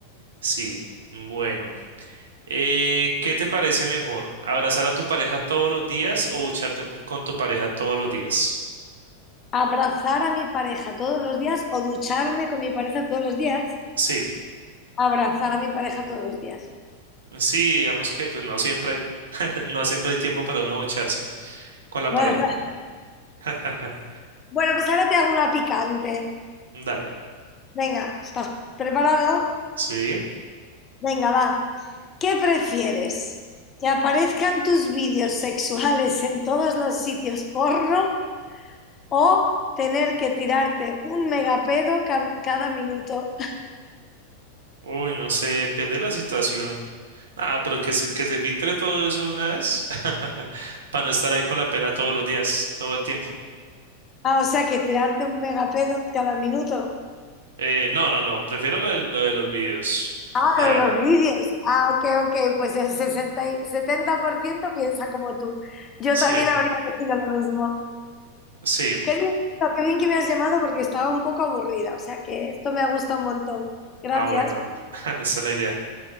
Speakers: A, on the right; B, on the left.
A: sí. Bueno, eh, ¿qué te parece mejor? ¿Abrazar a tu pareja todos los días o bucharte po- con tu pareja todos los días?
B: Abrazar a mi pareja todos los días o ducharme con mi pareja todos los días.
A: Sí.
B: Abrazar a mi pareja todos los días.
A: Sí, digamos que pues no siempre hay, <laughs> no siempre hay tiempo para uno echarse con la pareja.
B: <laughs>
A: <laughs>
B: Bueno, pues ahora te hago una picante.
A: Dale.
B: Venga, ¿estás preparado?
A: Sí.
B: Venga, va. ¿Qué prefieres? ¿Que aparezcan tus vídeos sexuales en todos los sitios porno o tener que tirarte un megapedo ca- cada minuto?
A: Uy, no sé, depende de la situación. Ah, pero que se, que se filtre todo eso de una vez <laughs> para no estar ahí con la pena todos los días, todo el tiempo.
B: Ah, o sea, que tirarte un megapedo cada minuto.
A: Eh, no, no, no, prefiero lo de, lo de los videos,
B: Ah,
A: la
B: lo de
A: verdad.
B: los vídeos. Ah, ok, ok. Pues el sesenta y- 70% piensa como tú. Yo
A: Sí,
B: también habría decidido lo mismo.
A: sí.
B: Qué divertido, qué bien que me has llamado porque estaba un poco aburrida. O sea, que esto me ha gustado un montón. Gracias.
A: Ah, bueno, bueno, <laughs> esa es la idea.